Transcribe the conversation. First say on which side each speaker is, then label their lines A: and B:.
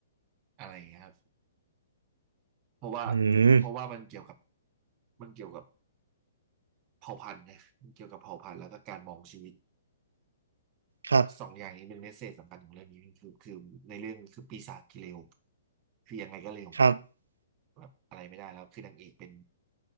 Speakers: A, on the right (about 30°); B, on the right (about 70°).
A: อะไรเงี้ยครับเพราะว่า
B: อืม
A: เพราะว่ามันเกี่ยวกับ มันเกี่ยวกับเผ่าพันธุ์นะมันเกี่ยวกับเผ่าพันธุ์แล้วก็การมองชีวิต
B: ครับ
A: สองอย่างนี้เป็นเมสเซจสำคัญของเรื่องนี้คือคือในเรื่องคือปีศาจกิเลวคือยังไงก็เร็ว
B: ครับ
A: แบบอะไรไม่ได้แล้วคือนางเอกเป็น